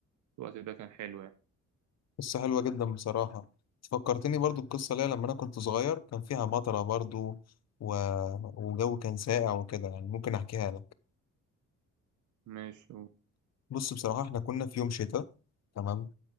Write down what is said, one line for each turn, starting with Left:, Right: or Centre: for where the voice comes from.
Right: الوقت ده كان حلو يعني
Left: قصة حلوة جدا بصراحة فكرتني برضو القصة ليا لما أنا كنت صغير كان فيها مطرة برضو و... وجو كان ساقع وكده يعني ممكن أحكيها لك
Right: ماشي و-
Left: بص بصراحة إحنا كنا في يوم شتاء تمام